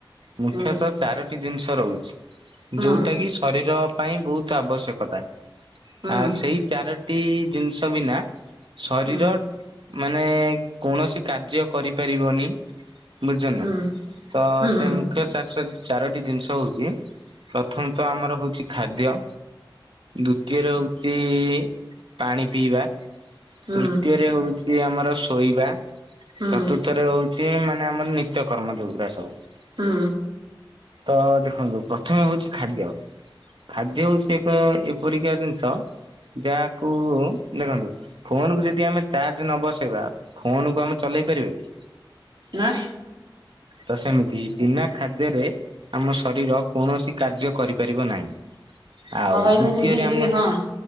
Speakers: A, on the right (about 80°); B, on the right (about 70°).
A: ମୁଖ୍ୟତଃ
B: ହୁଁ
A: ଚାରୋଟି ଜିନିଷ ରହୁଛି
B: ହୁଁ
A: ଯୋଉଟା କି। ଶରୀର ପାଇଁ ବହୁତ ଆବଶ୍ୟକତା
B: ହୁଁ
A: ଆ ସେଇ ଚାର ଟି ଜିନିଷ ବିନା ଶରୀର।
B: ହୁଁ
A: ମାନେ କୌଣସି କାର୍ଯ୍ୟ କରିପାରିବନି ବୁଝଛନା।
B: ହୁଁ ହୁଁ
A: ତ
B: ହୁଁ
A: ସେମ ମୁଖ୍ୟ ଚାଷ ଚାରୋଟି ଜିନିଷ ହଉଚି ପ୍ରଥମତଃ ଆମର ହଉଚି ଖାଦ୍ୟ। ଦ୍ଵିତୀୟରେ ହଉଚି ପାଣି ପିଇବା।
B: ହୁଁ
A: ତୃତୀୟରେ ହଉଚି ଆମର ଶୋଇବା ଚତୁ
B: ହୁଁ
A: ଥରେ ହଉଚି ମାନେ ଆମର ନିତ୍ୟ କର୍ମ ଯଉଗୁରା ସବୁ।
B: ହୁଁ।
A: ତ ଦେଖନ୍ତୁ ପ୍ରଥମେ ହଉଚି ଖାଦ୍ୟ। ଖାଦ୍ୟ ହଉଚି ଏକ ଏପରିକା ଜିନିଷ ଯାହାକୁ ଦେଖନ୍ତୁ। ଫୋନକୁୁ ଯଦି ଆମେ ଚାର୍ଜ ନ ବସେଇବା ଫୋନକୁୁ ଆମେ ଚଲେଇ ପାରିବା କି।
B: ନା।
A: ତ ସେମିତି ବିନା ଖାଦ୍ୟରେ ଆମ ଶରୀର କୌଣସି କାର୍ଯ୍ୟ କରିପାରିବ ନାହିଁ। ଆଉ
B: ହଁ ଭାଇ
A: ଦ୍ଵିତୀୟରେ
B: ମୁଁ ବୁଝୁଛି
A: ଆମର।
B: ଟିକେ ହଁ